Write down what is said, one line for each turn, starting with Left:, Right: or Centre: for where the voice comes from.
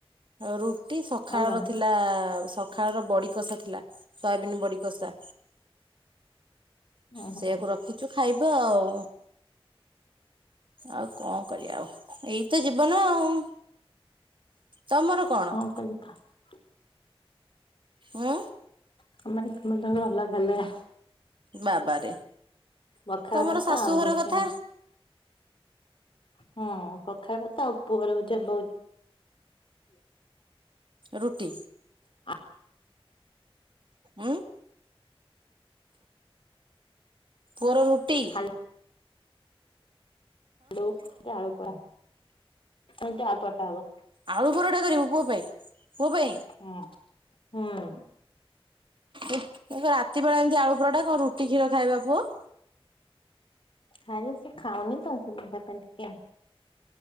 Right: ଆଉ ରୁଟି ସଖାଳ
Left: ଆଉ କଣ?
Right: ର ଥିଲା ସ ସଖାଳର ବଡି କଷା ଥିଲା ସୋୟାବିନ୍ ବଡି କଷା।
Left: ଓହୋ
Right: ସେଇଆକୁ ରଖିଚୁ ଖାଇବା ଆଉ। ଆଉ କଣ କରିଆ ଆଉ ଏଇ ତ ଜୀବନ ଆଉ। ତମର କଣ?
Left: <unintelligible>
Right: ଉଁ।
Left: <unintelligible>
Right: ବାବାରେ,
Left: ପଖାଳ
Right: ତମର
Left: ଭାତ
Right: ଶାଶୁଘର
Left: ଆଉ ହଉଛି
Right: କଥା।
Left: ହଁ ପଖାଳ ଭାତ ଆଉ ପୁଅର ହଉଝ ବଉ
Right: ରୁଟି।
Left: ଆ
Right: ଉଁ ପୁଅର ରୁଟି?
Left: ହଉଛି ହାଲୋ, ଏ ଆଳୁ ଟା, ଆଳୁ ପରଟା ହବ।
Right: ଆଳୁ ପରଟା କରିବୁ ପୁଅ ପାଇଁ? ପୁଅ ପାଇଁ?
Left: ହଁ, ହୁଁ।
Right: ଏ କଣ ରାତି ବେଳା ଏମିତି ଆଳୁ ପୁରଟା, କଣ ରୁଟି କ୍ଷୀର ଖାଏ ବା ପୁଅ?
Left: ଖାଇଲେ, ସେ ଖାଉନି ତ, ସେଥିପାଇଁ ତା ପାଇଁ ଟିକେ